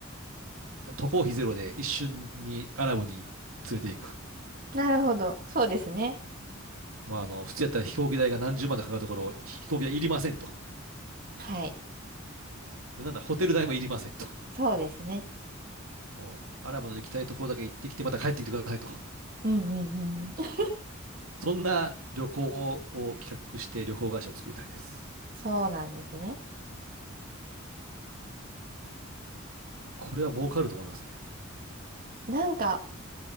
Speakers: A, on the right (about 85°); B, on the right (about 45°).
A: 渡航費ゼロで一瞬にアラブに連れて行く。
B: なるほど。そうですね。
A: まあ、あの、普通やったら飛行機代が何十万とかかるところを、飛行機代いりませんと。
B: はい。
A: で、なんだ、ホテル代もいりませんと。
B: そうですね。
A: もう、アラブの行きたいところだけ行ってきて、また帰ってきてくださいと。
B: うんうんうんうん。
A: そんな旅行を企画して旅行会社を作りたいです。
B: そうなんですね。
A: これは儲かると思いますね。
B: なんか、